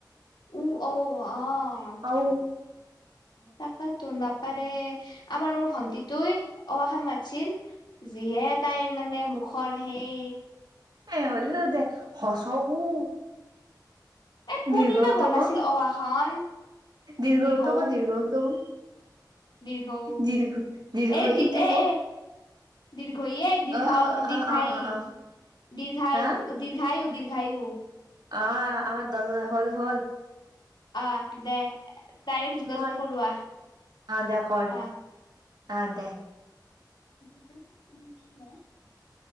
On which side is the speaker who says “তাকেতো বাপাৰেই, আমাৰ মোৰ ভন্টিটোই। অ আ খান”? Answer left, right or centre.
Left